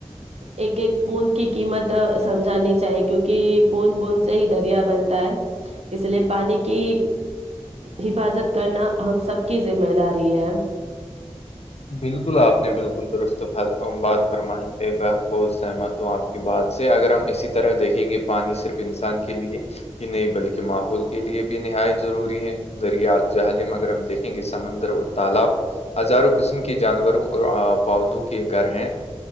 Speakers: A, on the right; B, on the left.
A: ایک ایک بوند کی قیمت سمجھانی چاہیے کیونکی بوند بوند سے ہی دریا بنتا ہے اس لیے پانی کی حفاظت کرنا ہم سب کی ذمہ داری ہے
B: بالکل آپ نے بالکل درست فر بات فرمائی ہے میں بہت سہمت ہوں آپ کے بات سے اگر ہم اسی طرح دیکھیں گے پانی صرف انسان کے لیے ہی نہیں بلکی ماحول کےلیے بھی نہایت ضروری ہے دریا جہلم اگر ہم دیکیں گے سمندر اور تالاب ہزاروں قسم کے جانوروں اور پودوں کے گھر ہیں